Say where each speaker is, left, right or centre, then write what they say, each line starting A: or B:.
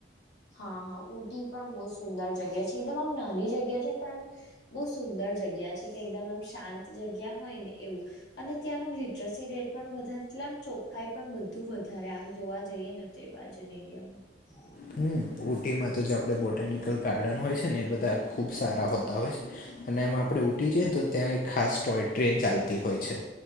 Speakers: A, on the left; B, on the left.
A: હા હા ઊટી પણ બહુ જ સુંદર જગ્યા છે એકદમ આમ નાની જગ્યા છે પણ આમ બહુ સુંદર જગ્યા છે કે એકદમ આમ શાંત જગ્યા હોય ને એવું અને ત્યાંનું લિટરસી રેટ પણ વધારે એટલે આમ ચોખ્ખાઈ પણ બધું વધારે આમ જોવા જઈએ ને તે બાજુ એરિયામાં
B: હમ્મ ઊટીમાં તો જે આપડે બોટનિકલ ગાર્ડન હોય છે ને એ બધા ખુબ સારા હોતા હોય છે.
A: <inaudible>
B: અને એમાં આપણે ઊટી જઈએ તો ત્યાં એક ખાસ ટોય ટ્રેન ચાલતી હોય છે.